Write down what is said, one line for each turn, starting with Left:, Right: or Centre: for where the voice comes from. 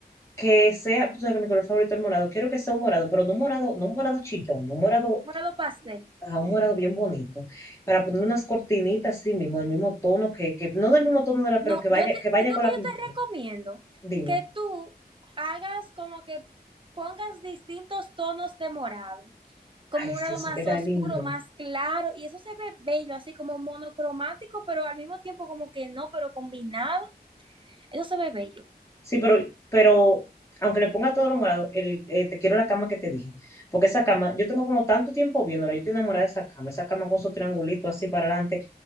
Left: que sea, tú sabes que mi color favorito es el morado, quiero que sea un morado, pero no un morado, no un morado chillón, no un morado,
Right: Morado pastel.
Left: ah, un morado bien bonito, para poner unas cortinitas así mismo, del mismo tono, que, que no del mismo tono de la, pero
Right: No,
Left: que vaya,
Right: yo, te,
Left: que vaya
Right: yo creo
Left: con
Right: que
Left: la pintura.
Right: yo te recomiendo
Left: Dime.
Right: que tú hagas como que pongas distintos tonos de morado. como
Left: Ay,
Right: un
Left: si
Right: grado
Left: eso
Right: más
Left: queda
Right: oscuro,
Left: lindo.
Right: más claro, y eso se ve bello, así como monocromático, pero al mismo tiempo como que no, pero combinado, eso se ve bello.
Left: Sí, pero, pero aunque le ponga todo lo morado, el, eh, te quiero la cama que te dije. Porque esa cama, yo tengo como tanto tiempo viéndola, yo estoy enamorada de esa cama, esa cama con su triangulito así para adelante,